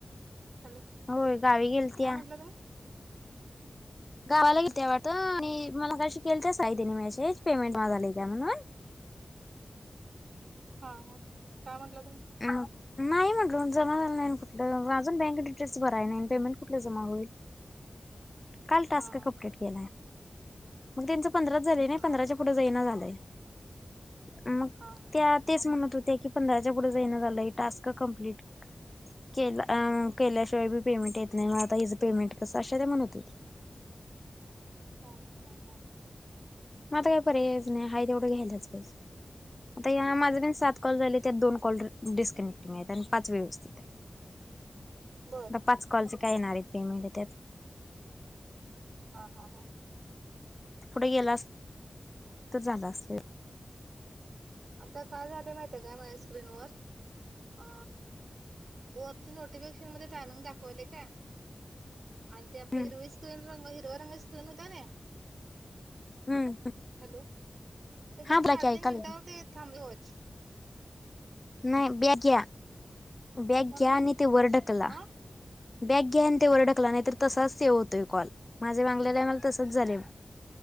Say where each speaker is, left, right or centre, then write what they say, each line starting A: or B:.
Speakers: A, on the right (about 85°); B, on the left (about 30°).
A: हॅलो
B: होय गावी गेलत्या.
A: काय म्हटलं तुम्ही
B: गावाला गेलत्या वाटतं, आणि मगाशी केल ते साही तेनी मेसेज, पेमेंट आज आलंय काय म्हणून?
A: हां मग, काय म्हटला तुम्ही?
B: हम. नाही म्हटलो जमा झाल नाही, कुठलं अजून बँक डिटेल्स भराय नाही, पेमेंट कुठलं जमा होईल. काल टास्क
A: हा हा
B: कंप्लीट केलाय. मग त्यांच पंधराच झालंय नई, नाही
A: हा
B: पंधराच्या पुढे जाईणं झालंय. मग
A: हा, हा.
B: त्या, तेच म्हणत होत्या की पंधराच्या पुढे जाईना झालंय टास्क कंप्लीट केला अं, केल्याशिवाय बी पेमेंट येत नाही, म आता हिचं पेमेंट कसं अशे ते म्हणतते
A: हा, हा, हा.
B: मग आता काय पर्यायच नाही, हाय तेवढं घ्यायलाच पाहिजे. आता या, माझे पण सात कॉल झालेत त्या दोन कॉल डिस्कनेक्टिंग आहेत आणि पाच व्यवस्थित आहेत.
A: बर
B: आता पाच कॉलचे काय येणार आहेत पेमेंट त्यात
A: ह, ह, हां.
B: पुढे गेलात, तर झालं असत.
A: आता काय झालं माहिती हाय का माझ्या स्क्रीनवर, अ, वर नोटिफिकेशन मध्ये ते आलंग दाखवलंय काय, आणि ते आपल
B: हम्म
A: हिरवी स्क्रीन रंग हिरव्या रंगाची स्क्रीन होत्या नी.
B: हम्म
A: हॅलो, तेज्यावर
B: हा बोला
A: साडेतीन
B: की ऐकालोय.
A: मिनिटावर ते थांबल वॉच
B: नाही बॅक घ्या, बॅक
A: तुम्हाला
B: घ्या
A: मी
B: आणि ते वर ढकला.
A: अ
B: बॅक घ्या न ते वर ढकला नाही तर तसाच सेव्ह होतोय कॉल. माझे मागल्या टाइमाला तसच झालंय,